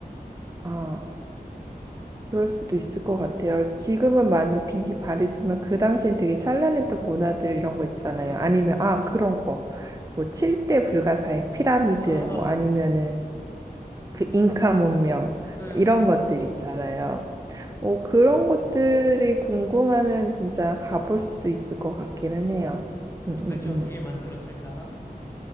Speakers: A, on the right; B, on the left.
A: 아. 그럴 수도 있을 것 같아요. 지금은 많이 빛이 바랬지만 그 당시엔 되게 찬란했던 문화들 이런 거 있잖아요.
B: 음,
A: 아니면 아 그런 거. 뭐 칠대 불가사의 피라미드
B: 아,
A: 뭐 아니면은 그 잉카 문명
B: 음, 음,
A: 이런 것들
B: 음.
A: 있잖아요. 오 그런 것들이 궁금하면 진짜 가볼 수도 있을 것 같기는 해요. 음,
B: 도대체
A: 음, 음.
B: 어떻게 만들었을까?